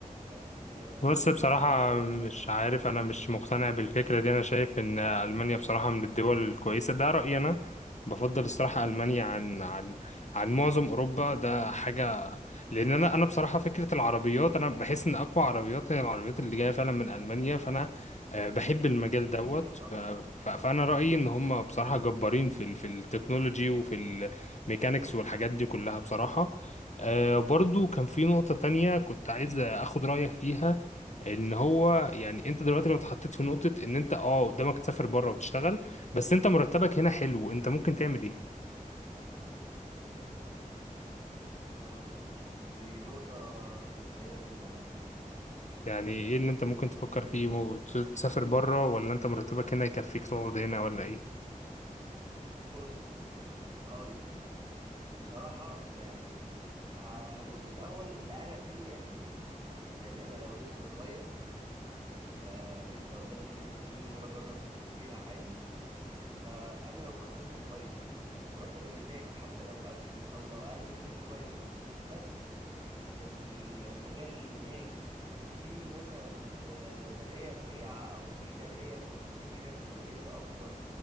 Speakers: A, on the right; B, on the left.
A: بس آه،
B: بص بصراحة
A: عندها يعني
B: مش عارف أنا مش مقتنع بالفكرة دي أنا شايف إن ألمانيا بصراحة من الدول الكويسة ده رأيي أنا بفضل الصراحة ألمانيا عن عن عن معظم أوروبا ده حاجة لأن أنا أنا بصراحة فكرة العربيات أنا بحس إن أقوى عربيات هي العربيات اللي جاية فعلا من ألمانيا فأنا آه، بحب المجال
A: دي
B: دوت
A: حقيقة طبعا
B: ف- ف- فأنا رأيي إن هم بصراحة جبارين في ال- في التكنولوجي وفي الميكانيكس والحاجات دي كلها بصراحة آه، برضو كان في نقطة تانية كنت عايز أخد رأيك فيها ان هو يعني انت دلوقتي لو اتحطيت في نقطة ان انت اه قدامك تسافر بره وتشتغل بس انت مرتبك هنا حلو انت ممكن تعمل ايه
A: اه دي نقطة محيرة جدا على فكرة
B: يعني ايه اللي انت ممكن تفكر
A: يعني
B: فيه مو- تسافر بره ولا انت مرتبك هنا يكفيك تقعد هنا ولا ايه
A: بص أقول لك بصراحة يعني هبص الأول لأنا سني قد إيه يعني أنا لو لسه صغير آه لسه قدامي لسه سنين إن أنا أجرب فيها عادي فأنا لو مرتبي هنا كويس مرتب اللي هناك حتى لو قده أو لو أقل منه شوية بس ال- المجال اللي هناك في مثلا ت- ترقية سريعة أو في ترقية توصلني لحتت كويسة أكتر